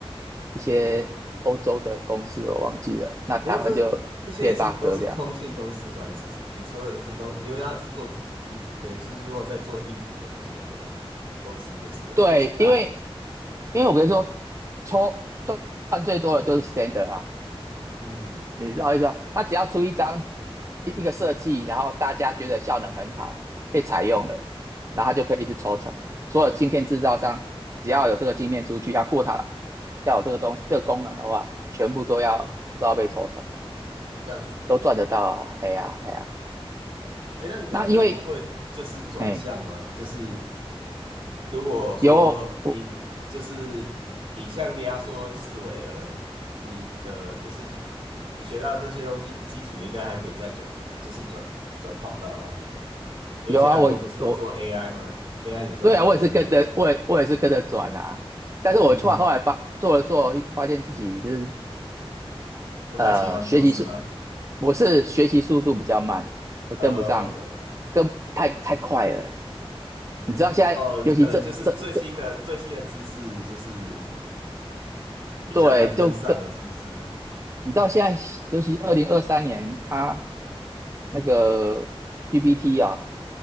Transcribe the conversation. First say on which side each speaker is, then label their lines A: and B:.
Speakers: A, on the right (about 30°); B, on the right (about 60°).
A: 一些欧洲的公司，我忘记了，那台湾就联发科这样。
B: 不过这这些也是都是通讯公司嘛，是你说的是通，因为它是做你等于是说在做硬体的这些的公司就是了，
A: 对，
B: 就是大的，
A: 因为因为我跟你说，抽赚最多的就是 Standard 啊，
B: 嗯，
A: 你知道意思吧？他只要出一张一一个设计，然后大家觉得效能很好，被采用了，然后他就可以一直抽成。所有晶片制造商只要有这个晶片出去，要过它，要有这个东西这个功能的话，全部都要都要被抽成，
B: 这样子了。
A: 都赚得到啊！哎呀、哎呀、
B: 哎，那你没有想过会就是转向吗？
A: 那因为哎
B: 就是如果说影就是影像压缩四维了，
A: 有我
B: 你的就是你学到这些东西基础应该还可以再转，就是转转跑道啊。因为现在很多不是都做
A: 有啊，我我
B: AI 吗？AI 也算晶片那些，
A: 对啊，我也是跟着我也我也是跟着转啊，但是我出来后来发做了做，
B: 嗯，
A: 发现自己就是
B: 不太喜欢做事吗？
A: 呃，学习速，我是学习速度比较慢，我跟不上，
B: 呃，OK，
A: 跟太太快了。你知道现在，
B: 哦，
A: 尤其这这这，
B: 可能就是最新的最新的知识就是比较难跟上了，
A: 对，就跟
B: 是不是？
A: 你知道现在，尤其二零二三年，他那个 GPT 啊